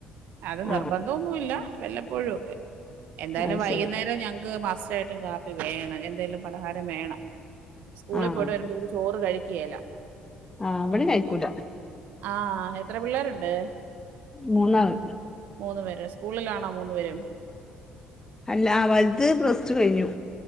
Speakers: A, on the right; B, on the left.
A: അത് നിർബന്ധം
B: ആഹ്
A: ഒന്നുല്ല വല്ലപ്പോഴും ഒക്കെ എന്തായാലും
B: അത്
A: വൈകുന്നേരം
B: ശരി
A: ഞങ്ങക്ക് മസ്റ്റായിട്ടും കാപ്പി വേണം എന്തായാലും പലഹാരം വേണം സ്കൂളിൽ
B: ആഹ്
A: പോയിട്ട് വരുമ്പോ ഇവര് ചോറ് കഴിക്കേല്ല
B: ആഹ് ഇവടീം കഴിക്കൂല
A: ആഹ് എത്ര പിള്ളാരുണ്ട്
B: മൂന്നാള്
A: മൂന്നു പേരൊ സ്കൂളിലാണോ മൂന്നു പേരും
B: അല്ല വല്ത് പ്ലസ് ടു കഴിഞ്ഞു